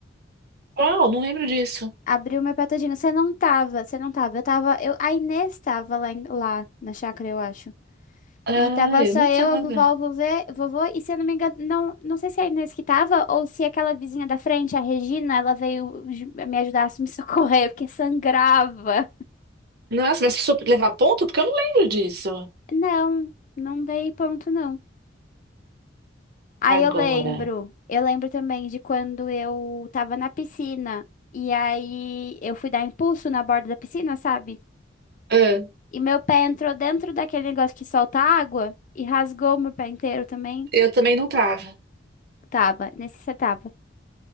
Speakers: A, on the right; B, on the left.
A: Uau, não lembro disso.
B: Abriu meu pé todinho. Você não tava, você não tava. Eu tava, eu, a Inês tava lá, em- lá na chácara, eu acho.
A: Ah,
B: E tava
A: eu
B: só
A: não
B: eu,
A: tava.
B: a vovó, o vovê, vovô, e se eu não me engano, não, não sei se é a Inês que tava, ou se aquela vizinha da frente, a Regina, ela veio ju- me ajudar a me <laughs> socorrer, porque sangrava.
A: Nossa, mas precisou levar ponto? Porque eu não lembro disso.
B: Não, não dei ponto, não. Aí
A: Agora.
B: eu lembro, eu lembro também de quando eu tava na piscina, e aí eu fui dar impulso na borda da piscina, sabe?
A: Ah,
B: E meu pé entrou dentro daquele negócio que solta água, e rasgou meu pé inteiro também.
A: eu também não tava.
B: Tava, nesse você tava.